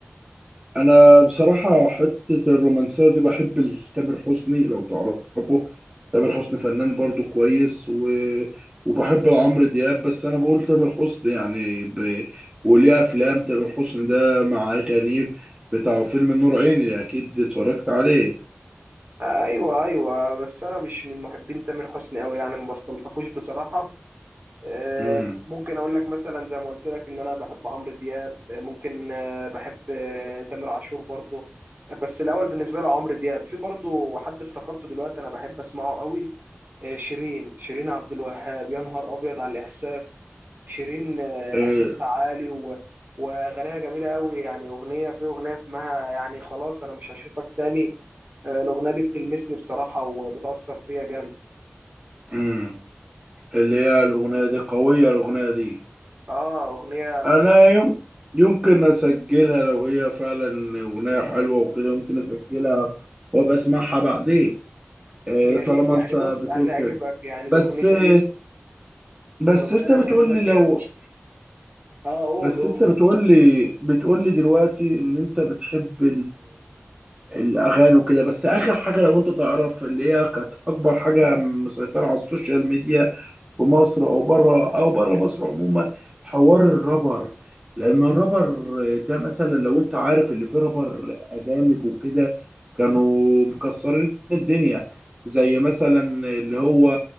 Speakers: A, on the right; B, on the right.
A: انا بصراحه حته الرومانسيه دي بحب ال- تامر حسني لو تعرفه تامر حسني فنان برضو كويس و... وبحب عمرو دياب بس انا بقول تامر حسني يعني ب... وليه افلام تامر حسني ده مع غنيب بتاع فيلم نور عيني اكيد اتفرجت عليه
B: أيوه أيوه بس أنا مش من محبين تامر حسني أوي يعني ما بستلطفوش بصراحة آه،
A: امم
B: ممكن اقول لك مثلا زي ما قلت لك ان انا بحب عمرو دياب آه، ممكن آه، بحب آه، تامر عاشور برضه بس الاول بالنسبه له عمرو دياب في برضه حد افتكرته دلوقتي انا بحب اسمعه قوي آه، شيرين شيرين عبد الوهاب يا نهار ابيض على الاحساس شيرين آه،
A: إيه،
B: احساسها عالي و... وغناها جميله قوي يعني اغنيه في اغنيه اسمها يعني خلاص انا مش هشوفك تاني آه، الاغنيه دي بتلمسني بصراحه وبتاثر فيا جامد
A: امم اللي هي الاغنيه دي قويه الاغنيه دي
B: اه اغنيه
A: انا يم... يمكن اسجلها لو هي فعلا اغنيه حلوه وكده ممكن اسجلها وابقى اسمعها بعدين آه،
B: يعني
A: طالما
B: يعني
A: انت
B: بص
A: بتقول
B: هتعجبك
A: كده
B: يعني
A: بس
B: الاغنيه
A: آه،
B: دي
A: بس
B: الاغنيه
A: انت
B: دي
A: بتقول
B: هتعجبك
A: لي لو
B: جامد اه قول
A: بس
B: قول
A: انت بتقول لي بتقول لي دلوقتي ان انت بتحب الاغاني وكده بس اخر حاجه لو انت تعرف اللي هي كانت اكبر حاجه مسيطره على السوشيال ميديا في مصر او بره او بره مصر عموما حوار الرابر لان الرابر ده مثلا لو انت عارف اللي فيه رابر اجانب وكده كانوا مكسرين الدنيا زي مثلا اللي هو